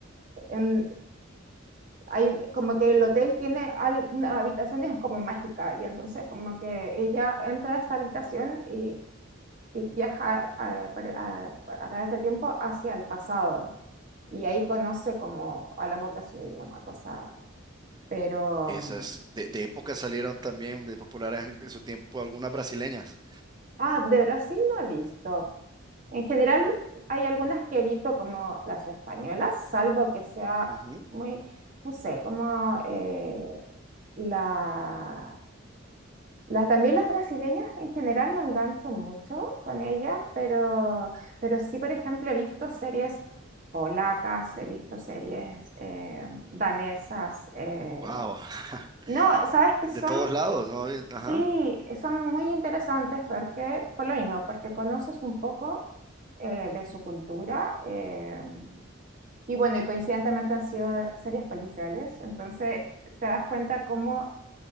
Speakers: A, on the right; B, on the right.
A: en- hay, como que el hotel tiene al- una habitación es como mágica y entonces como que ella entra a esta habitación y, y viaja eh, por- a, a través del tiempo hacia el pasado y ahí conoce como al amor de su vida, una cosa, pero...
B: Esas
A: mm,
B: de, de época salieron también de populares en, en su tiempo algunas brasileñas.
A: Ah, de Brasil no he visto. En general, hay algunas que evito como las españolas, salvo que sea
B: Ujú.
A: muy, no sé, como eh, la, la- también las brasileñas en general no engancho mucho con ellas, pero, pero sí, por ejemplo, he visto series polacas, he visto series eh, danesas. eh.
B: Wow, <laughs>
A: No, sabes que son
B: de todos lados, ¿no? Ajá.
A: Sí, son muy interesantes porque, por lo mismo, porque conoces un poco eh, de su cultura eh, y bueno, y coincidentemente han sido series policiales, entonces te das cuenta cómo,